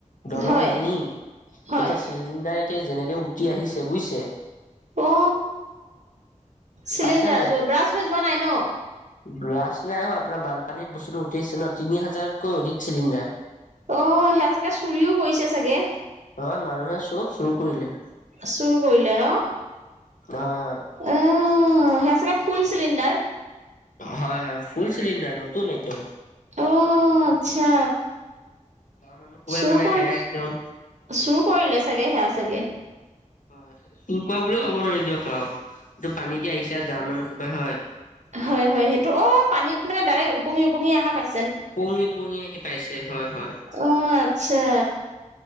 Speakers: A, on the left; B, on the right.
A: দলং
B: হয়
A: ভাঙি এতিয়া
B: হয়
A: চিলিণ্ডাৰ একে যেনেকে উঠি আহিছে বুজিছে।
B: অ চিলিণ্ডাৰ
A: পাইছে
B: ব্ৰাছ হৈ যোৱা নাই ন?
A: ব্ৰাছ নাই হোৱা আপোনাৰ বানপানীত বস্তুটো উঠিছে ন তিনি হাজাৰতকৈ অধিক চিলিণ্ডাৰ।
B: অ সেয়া চাগে চুৰিও কৰিছে চাগে।
A: হয় মানুহে চব চুৰ কৰিলে।
B: চুৰ কৰিলে ন
A: হয়, হয়,
B: আহ সেই চাগে ফুল চিলিণ্ডাৰ
A: হয় হয় ফুল চিলিণ্ডাৰ নতুন একদম।
B: অ আত্চ্ছা
A: গাঁৱৰ মানুহ সোপাই
B: চুৰ
A: মানে
B: কৰ
A: সেয়া একদম
B: চুৰ কৰিলে চাগে সেয়া চাগে।
A: হয় সেইটো চোৰ কয় বুলি কব নোৱাৰি দিয়ক আও এইটো পানী দি আহিছে গাঁৱৰ মানুহ সোপাই হয়।
B: হয় হয় সেইটো অ পানী মানে ডাইৰেক্ট ওপঙি ওপঙি অহা পাই-
A: ওপঙি পঙি আহি পাইছে হয়। হয়
B: অ আত্চ্ছা